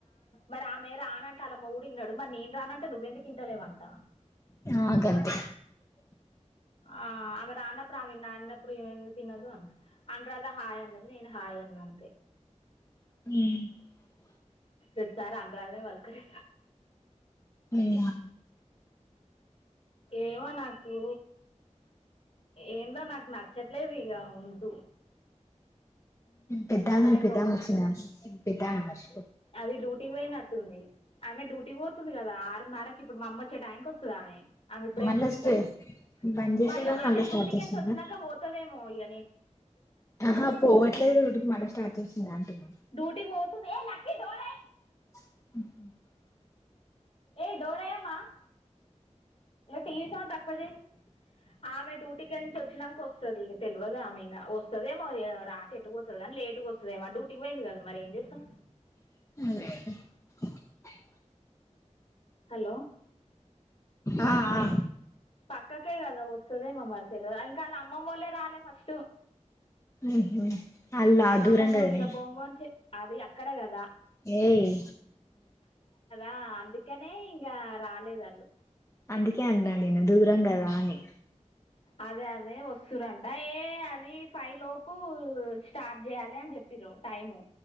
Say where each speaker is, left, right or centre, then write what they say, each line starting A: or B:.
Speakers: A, on the left; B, on the left.
A: మరి ఆమె రానంటే ఆళ్ళ మొగుడు ఇన్నడుమరి నే రానంటే నువ్వెందుకు ఇంట లేవంట
B: ఆ గంతే
A: ఆ ఆమె రాన్నప్పుడు ఆమె నా అన్నప్పుడు ఈమె ఎం తినదు అనరాధ హాయ్ అన్నది నేను హాయ్ అన్న అంతే
B: మ్
A: ఈసారి అనురాదనే పల్కరి
B: య
A: ఏమో నాకు ఏందో నాకు నచ్చట్లేదు ఇగ ఉండు
B: పెద్దా
A: చెప్పలేకపోతున్నా
B: పెద్దమొచ్చిందా పెద్దామనిమర్చి
A: అది డ్యూటీ పోయినట్టుంది ఆమె డ్యూటీ పోతుంది కదా ఆరున్నరకి ఇప్పుడు మా అమ్మ వచ్చే టైంకి వస్తుంది ఆమె ఆమె ఇప్పుడు
B: మళ్ళా
A: ఎంత వస్తది
B: స్టే బంద్ చేసిందా
A: మల్లె అదే
B: మళ్ళా స్టార్ట్
A: డ్యూటీకించి
B: చేసిందా
A: వచ్చాక పోతుదేమో ఇగ
B: ఆహా పోవట్లేదు మల్ల స్టార్ట చేసింద అంటన్నా
A: డ్యూటీకి పోతుంది ఏ లక్కీ డోరి
B: <inaudible>
A: ఏ డోరెయ్యమ్మ టీవీ సౌండ్ తక్కువ చేయ్ ఆమె డ్యూటీకిెళ్లిసి వచ్చినాక వస్తది తెల్వదు ఆమె ఇంకా వస్తుదేమో రాకేటు పోతది కానీ లేటు వస్తుదే మా డ్యూటీకి పోయింది కదా మరి ఏం చేస్తాం
B: మ్
A: హలో
B: ఆ ఆ
A: పక్కకే కదా వస్తుదే మమ్మరి తెలి ఇంకా వాళ్ళ అమ్మమ్మళ్లే రాలే ఫస్ట్
B: ఉహు అల్లా
A: అళ్లా
B: దూరం
A: అమ్మమూలుక
B: కదనే
A: బొంగోని అది అక్కడ కదా
B: ఏయ్
A: ఆ అందుకనే ఇంగా రాలేదు వాళ్ళు
B: అందుకే అన్నాను నేను దూరం కదా అని
A: అదే అదే వస్తురంట ఏ అది ఫైవ్ లోపు స్టార్ట్ చేయాలి అని చెప్ టైము